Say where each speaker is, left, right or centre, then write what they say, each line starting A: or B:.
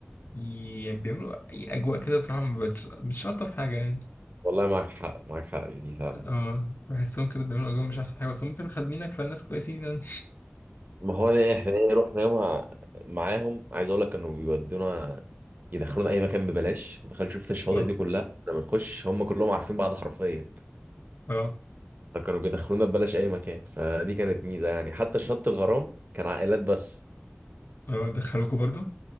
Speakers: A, on the left (about 55°); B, on the right (about 45°).
A: ي- يعني بيعملوا اي اجواء كده بصراحة ما بتش- مش شرط في حاجة يعني
B: والله معاك حق معاك حق في دي فعلا
A: اه بحسهم كده بيعملوا جو مش احسن حاجه بس هم كانوا خادمينك فالناس كويسين يعني
B: ما هو ده احنا ايه رحنا يومها معاهم عايز اقول لك كانوا بيودونا يدخلونا اي مكان ببلاش ما دخلت شفت الشواطئ
A: اه
B: دي كلها احنا بنخش هم كلهم عارفين بعض حرفيا
A: اه
B: فكانوا بيدخلونا ببلاش اي مكان فدي كانت ميزه يعني حتى شط الغرام كان عائلات بس
A: اه دخلوكوا برضو